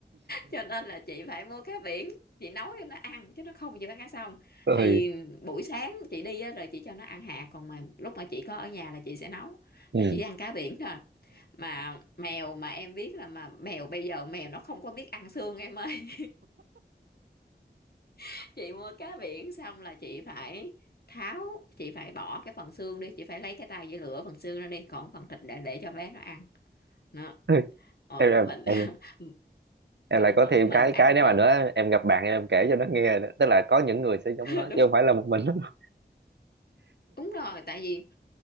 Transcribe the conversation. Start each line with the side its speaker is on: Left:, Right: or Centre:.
Left: cho nên là chị phải mua cá biển chị nấu cho nó ăn chứ nó không chịu ăn cá xong
Right: ừ
Left: thì buổi sáng chị đi á, rồi chị cho nó ăn hạt còn mà lúc mà chị có ở nhà là chị sẽ nấu
Right: ừ,
Left: là chỉ ăn cá biển thôi mà mèo mà em biết là mà mèo bây giờ mèo nó không có biết ăn xương em ơi <laughs> chị mua cá biển xong là chị phải tháo chị phải bỏ cái phần xương đi chị phải lấy cái tay chị lựa phần xương ra đi còn phần thịt để để cho bé nó ăn nó
Right: ừ.
Left: ờ,
Right: em em
Left: mình
Right: em
Left: <laughs>
Right: em
Left: đúng
Right: lại có
Left: rồi,
Right: thêm
Left: mình
Right: cái
Left: ăn
Right: cái nếu
Left: còn
Right: mà nữa em gặp bạn em em kể cho nó nghe nữa. tức là có những người sẽ giống
Left: <laughs>
Right: nó
Left: đúng
Right: chứ không phải là một mình <laughs> nó
Left: đúng rồi tại vì